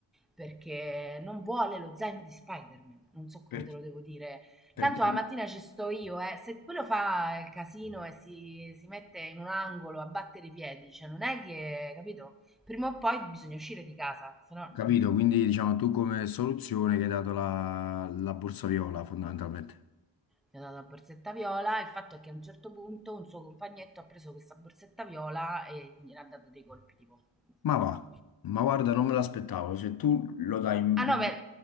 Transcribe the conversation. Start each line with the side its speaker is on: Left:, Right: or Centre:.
Centre: perché non vuole lo zaino di Spider-Man, non so come
Left: Per,
Centre: te lo devo dire.
Left: per
Centre: Tanto
Left: te,
Centre: la mattina ci sto io, eh. se quello fa il casino e si, si mette in un angolo a battere i piedi, cioè non è che, capito? Prima o poi bisogna uscire di casa, se no...
Left: capito?
Centre: mm,
Left: Quindi, diciamo, tu come soluzione che hai dato la, la borsa viola, fondamentalmente.
Centre: gli ho dato la borsetta viola. Il fatto è che a un certo punto un suo compagnetto ha preso questa borsetta viola e gli ha dato dei colpi tipo...
Left: Ma va,
Centre: ma-
Left: ma guarda, non me l'aspettavo. Cioè, tu lo dai in,
Centre: Ah no,
Left: in-
Centre: beh,